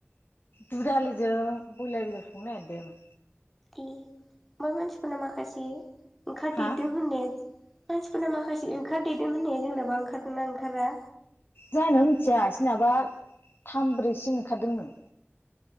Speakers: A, on the left (about 55°); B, in the centre.
A: दुदालिजों ब्यलार संनोनागिरदों
B: ए बा मानसिफोरना माखासे ओंखारदेरदों
A: हा
B: होननाया मानसिफोरना माखासे ओंखारदेदों होननाया जोंनाबा ओंखारगोना ओंखारा
A: जानो मिथिया सोदनाबा थामब्रैसिम ओंखारदों नो